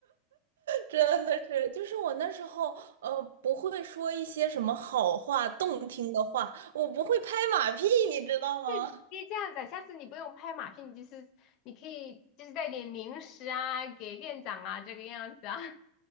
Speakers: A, on the right; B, on the left.
A: 真的是，就是我那时候，呃，不会说一些什么好话、动听的话，我不会拍马屁，你知道吗？
B: 可以这样子啊，下次你不用拍马屁，你就是你可以就是带点零食啊给店长啊这个样子啊。<laughs>